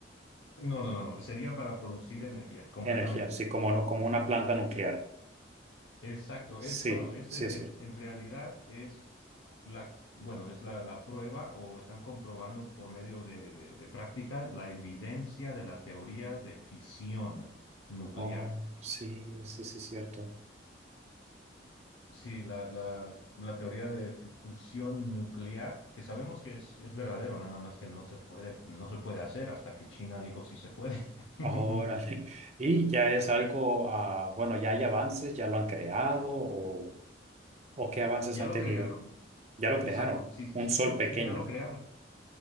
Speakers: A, on the left; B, on the right.
A: No, no, no, no, sería para producir energía, completamente.
B: Energía, sí, como, no, como una planta nuclear.
A: Exacto,
B: Sí,
A: es bueno, es,
B: sí,
A: eh,
B: es cierto.
A: eh, en realidad es la, bueno, es la, la prueba o están comprobando por medio de, de de práctica la evidencia de la teoría de fisión nuclear.
B: Oh, sí, sí, sí, es cierto.
A: Sí, la, la- la teoría de fu- fusión nuclear, que sabemos que es, es verdadero, nada más que no se puede, no se puede hacer hasta que China dijo sí se puede. <laughs>
B: Órale. Y ya es algo, ah, bueno, ya hay avances, ya lo han creado o, o qué avances
A: Ya
B: han
A: lo
B: tenido.
A: crearon.
B: Ya lo crearon,
A: Exacto, sí, sí,
B: un
A: sí,
B: sol pequeño,
A: sí, ya lo crearon.